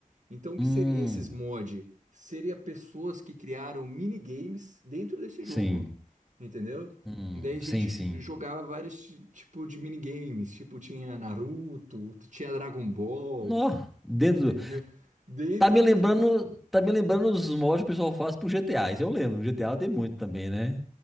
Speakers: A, on the right; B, in the centre.
A: Então, o
B: Hum,
A: que seria esses mod? Seria pessoas que criaram minigames dentro desse
B: sim.
A: jogo, entendeu?
B: Hum,
A: Daí a gente
B: sim, sim.
A: jogava vários tipos de minigames, tipo tinha Naruto, tinha Dragon Ball,
B: Nó, dentro
A: entendeu?
B: do...
A: Dentro
B: Tá me
A: do
B: lembrando,
A: jogo.
B: tá me lembrando os mods que o pessoal faz pro GTA, isso eu lembro. GTA tem muito também, né?